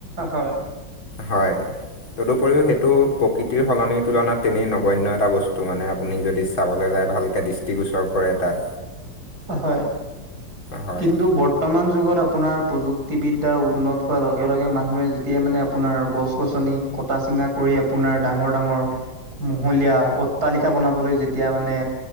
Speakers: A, on the right; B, on the left.
A: হয়।
B: হয় তদুপৰিও সেইটো প্ৰকৃতিৰ সলনিৰ তুলনাত তেনেই নগন্য এটা বস্তু মানে আপুনি যদি চাবলৈ যায় ভালকে দৃষ্টিগোচৰ কৰে তাত
A: হয়
B: হয়
A: কিন্তু বৰ বৰ্তমান যুগত আপোনাৰ প্ৰযুক্তিবিদ্যাৰ উন্নত হোৱাৰ লগে লগে মানুহে যেতিয়াই মানে আপোনাৰ গছ গছনি কটা চিঙা কৰি আপোনাৰ ডাঙৰ ডাঙৰ মহলীয়া অট তালিকা বনাবলৈ যেতিয়া মানে